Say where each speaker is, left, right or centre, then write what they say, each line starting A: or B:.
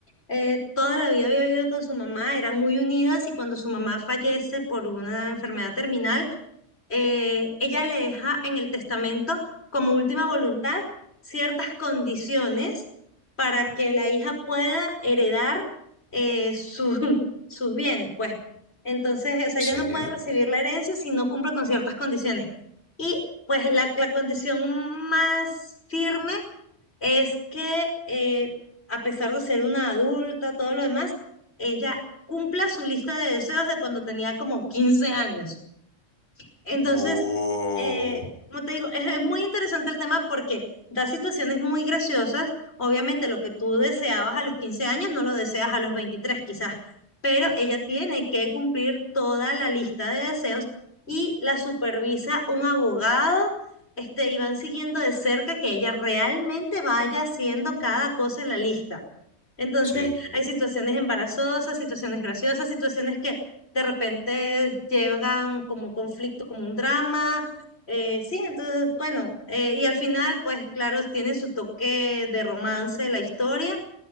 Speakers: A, on the left (about 55°); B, on the left (about 25°).
A: Eh, toda la vida había vivido con su mamá, eran muy unidas y cuando su mamá fallece por una enfermedad terminal, eh, ella le deja en el testamento como última voluntad ciertas condiciones para que la hija pueda heredar eh, su- <laughs> sus bienes, pues. Entonces, o sea,
B: ¿Serio?
A: ella no puede recibir la herencia si no cumple con ciertas condiciones. Y pues la, la condición más firme es que eh, a pesar de ser una adulta, todo lo demás, ella cumpla su lista de deseos de cuando tenía como 15 años. Entonces,
B: Oh,
A: eh, como te digo, es, es muy interesante el tema porque da situaciones muy graciosas. Obviamente lo que tú deseabas a los 15 años no lo deseas a los 23, quizás, pero ella tiene que cumplir toda la lista de deseos y la supervisa un abogado. Este, y van siguiendo de cerca que ella realmente vaya haciendo cada cosa en la lista. Entonces,
B: sí.
A: hay situaciones embarazosas, situaciones graciosas, situaciones que de repente llegan como un conflicto, como un drama. eh, sí, entonces, bueno, eh, y al final, pues claro, tiene su toque de romance la historia.